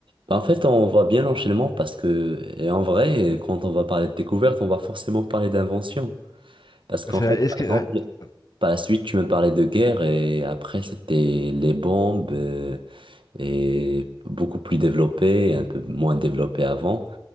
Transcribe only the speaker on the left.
C'est
la- est-ce
que,
ouais, c'est ça.